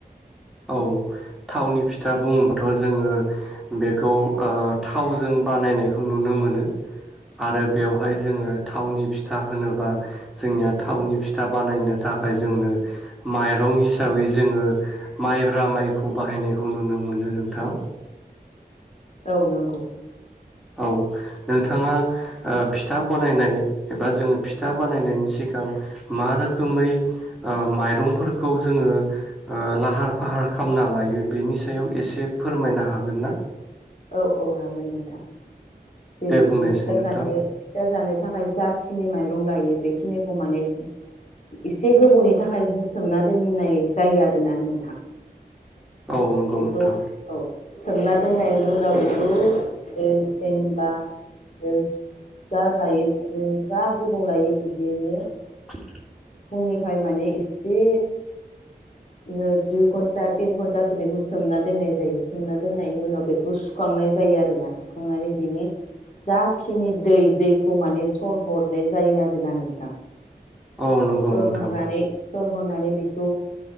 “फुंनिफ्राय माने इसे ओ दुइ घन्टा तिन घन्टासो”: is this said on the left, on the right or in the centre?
Left